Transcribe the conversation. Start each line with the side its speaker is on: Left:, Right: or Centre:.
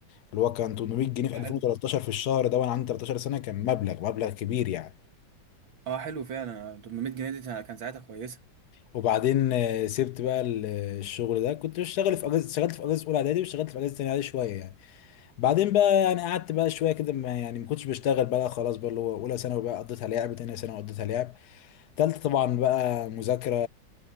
Left: اللي هو كان 800 جنيه في
Right: حلو
Left: 2013 في الشهر ده وأنا عندي 13 سنة كان مبلغ مبلغ كبير يعني
Right: اه حلو فعلا 800 جنيه دي كان ساعتها كويسه
Left: وبعدين آه، سبت بقى ال- الشغل ده كنت بشتغل في أجازة اشتغلت في أجازة أولى إعدادي واشتغلت في أجازة تانية إعدادي شوية يعني. بعدين بقى يعني قعدت بقى شويه كده ما يعني ما كنتش بشتغل بقى خلاص بقى اللي هو اولى ثانوي بقى قضيتها لعب تانية ثانوي قضيتها لعب تالتة طبعا بقى مذاكره